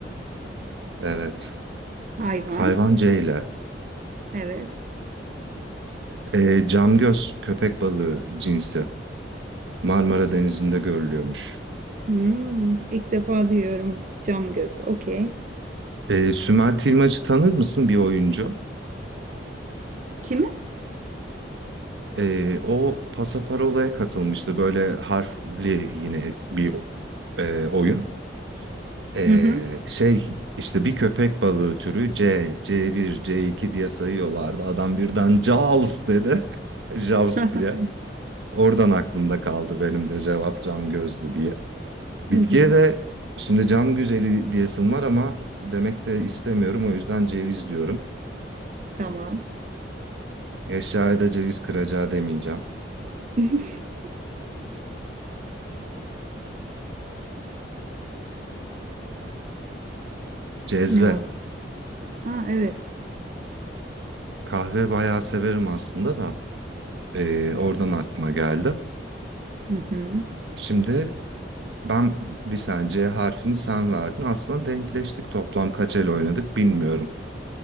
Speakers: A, on the right; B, on the right.
A: Evet.
B: Hayvan.
A: Hayvan C ile.
B: Evet.
A: E, camgöz köpek balığı cinsi. Marmara Denizi'nde görülüyormuş.
B: Hmm, ilk defa duyuyorum cam göz. Okey.
A: E, Sümer Tilmacı tanır mısın bir oyuncu?
B: Kimi?
A: Ee, o Pasaparola'ya katılmıştı. Böyle harfli yine bir e, oyun. Ee,
B: Hı hı.
A: şey işte bir köpek balığı türü C, C1, C2 diye sayıyorlardı. Adam birden Jaws dedi. <laughs> Jaws
B: <laughs>
A: diye. Oradan aklımda kaldı benim de cevap cam gözlü diye. Bitkiye
B: Hı hı.
A: de şimdi cam güzeli diyesim var ama demek de istemiyorum. O yüzden ceviz diyorum.
B: Tamam.
A: Eşyaya da ceviz kıracağı demeyeceğim.
B: <laughs>
A: Cezve.
B: Ne var? Aa, evet.
A: Kahve bayağı severim aslında da. Ee, oradan aklıma geldi.
B: Hı hı.
A: Şimdi ben bir sen C harfini sen verdin. Aslında denkleştik. Toplam kaç el oynadık bilmiyorum.